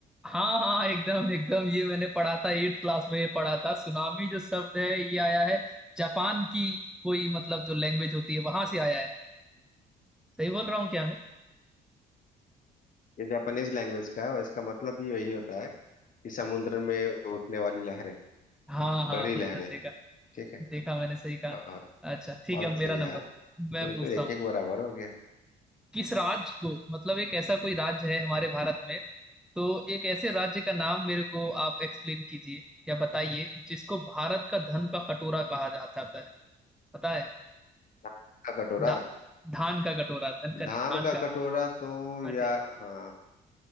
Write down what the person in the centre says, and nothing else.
हाँ हाँ एकदम एकदम ये मैंने पढ़ा था एट क्लास में ये पढ़ा था सुनामी जो शब्द है ये आया है जापान की कोई मतलब जो लैंग्वेज होती है वहां से आया है सही बोल रहा हूँ क्या मैं
हाँ हाँ
हाँ देखा
देखा मैंने सही कहा
ना। अच्छा ठीक
है अब मेरा
नंबर
मैं
पूछता
हूँ
किस राज्य को मतलब एक ऐसा कोई राज्य है हमारे भारत में तो एक ऐसे राज्य का नाम मेरे को आप एक्सप्लेन कीजिए या बताइए जिसको भारत का धन का कटोरा कहा जा जाता है पता है
धा, धान का कटोरा धन का
नहीं धान
का
हाँ
जी